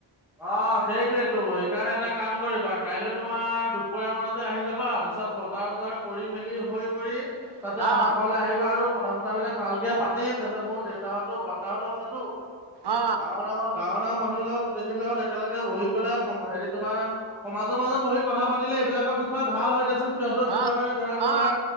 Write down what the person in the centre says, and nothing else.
অ সেইটোয়েইটো সেইকাৰণে এটা কাম কৰিবা কাইলৈ তোমাৰ দুপৰীয়া মানতে আহি যাবা তাৰ পিছত বজাৰ চজাৰ কৰি মেলি হৈ কৰি
তাতে আমাৰ ঘৰলৈ আহিবা আৰু কথা পাতিম। কথা বিলাক ভালকে পাতিম তাৰপিছত মোৰ দেওঁতাহত বৰ্তাহঁতো আছেতো
ডাঙৰ ডাঙৰ গাঁৱৰ মানুহৰ লগত গোটেইখিনি লগত একেলগে বহি পেলাই হেৰি তোমাৰ সমাজৰ মাজত বহি কথা পাতিলে এইবিলাকৰ বিষয়ে ভাল হয় দিয়াচোন সিহঁতৰ
কিবা
মানে ধৰা তোমাৰ